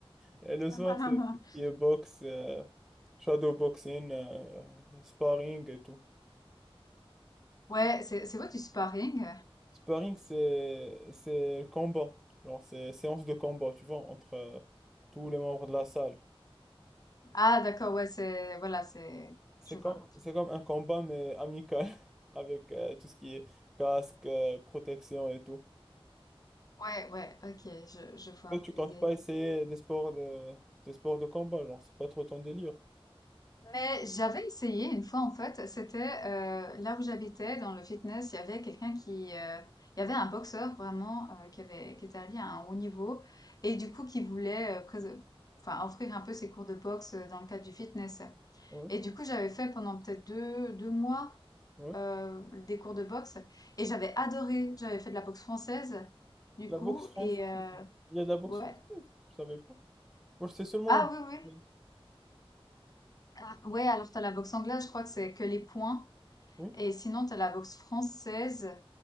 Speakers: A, in the centre; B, on the left.
A: Et
B: <laughs>
A: le soir, c'est tout ce qui est boxe, euh, shadow boxing, euh, sparring et tout.
B: Ouais,
A: Donc,
B: c'est c'est quoi du sparring?
A: sparring, c'est c'est le combat, genre c'est séance de combat, tu vois, entre euh, tous les membres de la salle.
B: Ah d'accord, ouais c'est, voilà c'est,
A: C'est
B: je
A: comme
B: vois.
A: c'est comme un combat mais amical <laughs> avec euh, tout ce qui est casque, euh, protection et tout.
B: Ouais ouais, ok, je je vois
A: Toi,
B: un
A: tu
B: peu
A: comptes
B: l'idée.
A: pas essayer des sports de, des sports de combat, genre, c'est pas trop ton délire.
B: Mais j'avais essayé une fois en fait, c'était euh, là où j'habitais dans le fitness, il y avait quelqu'un qui, euh, il y avait un boxeur vraiment euh, qui avait, qui était allé à un haut niveau et du coup qui voulait euh, prés- enfin offrir un peu ses cours de boxe euh, dans le cadre du fitness.
A: Ouais,
B: Et du coup j'avais fait pendant peut-être deux deux mois
A: ouais.
B: euh, des cours de boxe et j'avais adoré. J'avais fait de la boxe française du
A: La
B: coup
A: boxe française,
B: et euh,
A: il y a de la boxe
B: ouais
A: française, je savais pas. Moi, je sais seulement
B: ah
A: la boxe.
B: oui oui
A: anglaise.
B: ah, ouais alors t'as la boxe anglaise, je crois que c'est que les points.
A: Oui.
B: Et sinon, tu as la boxe française